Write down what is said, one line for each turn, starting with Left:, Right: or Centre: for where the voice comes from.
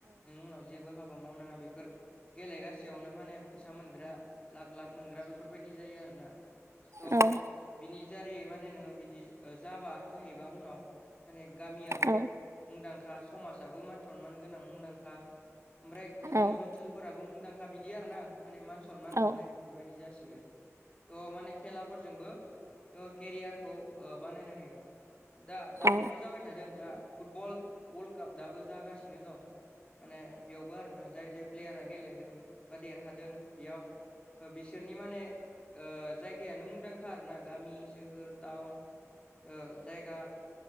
Left: नों उनाव जेबो हाबा मावनाङा बेफोर गेलेगासियावनो माने फैसा मोनग्रा लाख लाख मोनग्रा बेफोरबायदि जायो आरो ना थ
Right: औ
Left: बिनि दारैै माने नोंङो बिदि जाबा जाहैबाया उनाव माने गामियाबो
Right: औ
Left: मुंदांखा समाजाबो मान सनमान गोनां मुंदांखा ओमफ्राय बिदिनो
Right: आरो
Left: ओनसोलफोराबो मुंदांखा बिदि आर ना माने मान सनमान
Right: नों
Left: मोननाय बेफोरबायदि जासियो थह माने खेलाफोरजोंबो जोङो केरियारखौ बानायनो हायो दा दाबोथ'
Right: औ
Left: जाबाय थादों दा फुटबल वर्ल्ड काप दाबो जागासिनो दं माने बेयावबो आरोना जाय जाय प्लेयारा गेलेदों बा देरहादों बेयाव बिसोरनि माने जायगायानो मुंदांखा आर ना गामि सोहोर टाउन जायगा